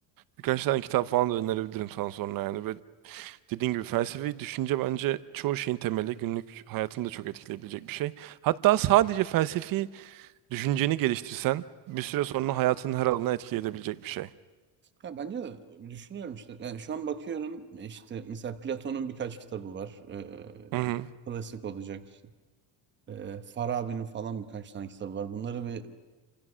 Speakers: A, on the right; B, on the right.
A: Birkaç tane kitap falan da önerebilirim sana sonra yani. Ve dediğin gibi felsefi düşünce bence çoğu şeyin temeli. Günlük hayatını da çok etkileyebilecek bir şey. Hatta sadece felsefi düşünceni geliştirsen bir süre sonra hayatının her alanına etki edebilecek bir şey.
B: Ya bence de düşünüyorum işte. Yani şu an bakıyorum işte mesela Platon'un birkaç kitabı var. Ee,
A: Hı hı.
B: klasik olacak. Ee, Farabi'nin falan birkaç tane kitabı var. Bunları bir